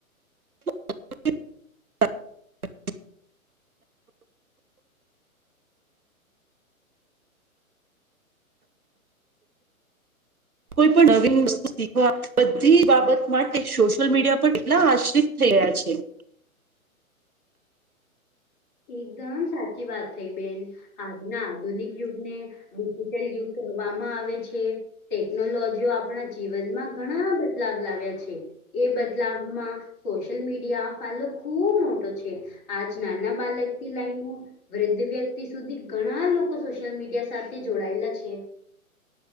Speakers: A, on the right (about 80°); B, on the left (about 30°).
A: <unintelligible> કોઈ પણ નવીન વસ્તુ શીખવા બધી બાબત માટે સોશિયલ મીડિયા પર કેટલા આશ્રિત થઈ રહ્યા છે.
B: એકદમ સાચી વાત થઈ બેન ના આધુનિક યુગને ડિજિટલ યુગ કહેવામાં આવે છે. ટેકનોલોજીઓ આપણા જીવનમાં ઘણા બદલાવ લાવ્યા છે. એ બદલાવમાં સોશિયલ મીડિયા <unintelligible> ખુબ મોટો છે આજના ના બાલક થી લાઈને વૃદ્ધ વ્યક્તિ સુધી ઘણા લોકો સોશિયલ મીડિયા સાથે જોડાયેલા છે.